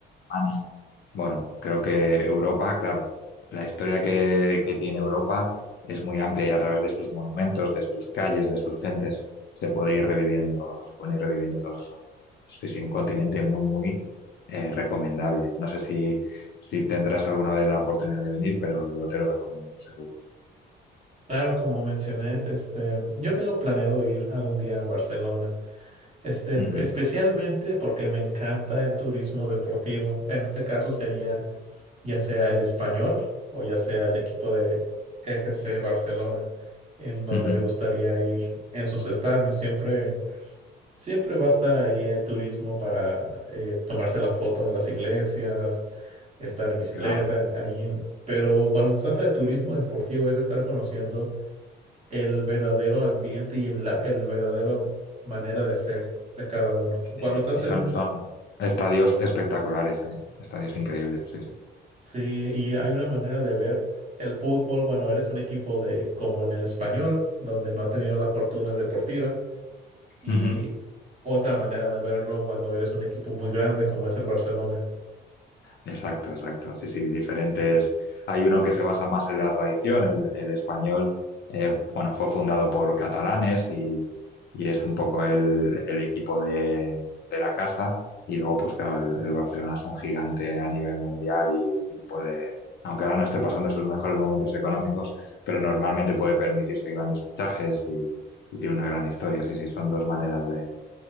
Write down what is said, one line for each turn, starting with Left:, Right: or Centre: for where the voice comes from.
Left: Alemania. Bueno, creo que Europa, claro, la historia que, que tiene Europa es muy amplia y a través de sus monumentos, de sus calles, de sus gentes, se puede ir reviviendo, se pueden ir reviviendo todos esos. Sí, sí, un continente muy, muy eh, recomendable. No sé si, si tendrás alguna vez la oportunidad de venir, pero yo te lo recomiendo, seguro.
Right: Claro, como mencioné, este, yo tengo planeado ir algún día a Barcelona, este,
Left: Ujú,
Right: especialmente porque me encanta el turismo deportivo. En este caso sería ya sea el Español o ya sea el equipo de FC Barcelona, en donde
Left: ujú.
Right: me gustaría ir en sus estadios. Siempre, siempre va a estar ahí el turismo para eh, tomarse la foto en las iglesias, estar en bicicleta,
Left: Claro,
Right: ahí. en- Pero cuando se trata de turismo deportivo es estar conociendo el verdadero ambiente y el, la, el verdadero manera de ser de cada uno.
Left: sí.
Right: Cuando estás
Left: Y
Right: en
Left: son,
Right: un
Left: son estadios espectaculares, ¿eh? Estadios increíbles, sí, sí.
Right: Sí, y hay una manera de ver el fútbol cuando eres un equipo de, como en el español, donde no ha tenido la fortuna deportiva, y
Left: Ujú.
Right: otra manera de verlo cuando eres un equipo muy grande como es el Barcelona.
Left: Exacto, exacto. Sí, sí, diferentes. Hay uno que se basa más en la tradición, el, el español, eh, bueno, fue fundado por catalanes y, y es un poco el, el equipo de, de la casa. Y luego, pues claro, el, el Barcelona es un gigante a nivel mundial y, y puede, aunque ahora no esté pasando sus mejores momentos económicos, pero normalmente puede permitirse grandes fichajes y, y tiene una gran historia. Sí, sí, son dos maneras de,